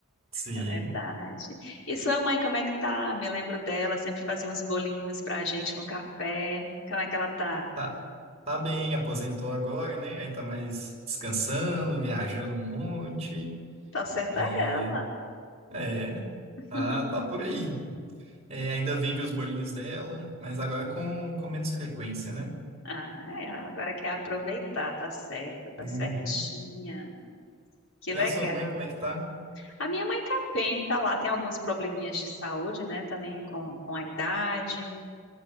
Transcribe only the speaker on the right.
sim.
Tá, tá bem, aposentou agora, né? Aí tá mais descansando, viajando um monte.
É,
é.
Tá, tá por aí. É, ainda vende os bolinhos dela, mas agora com, com menos frequência, né?
Uhum.
E
a sua mãe, como é que tá?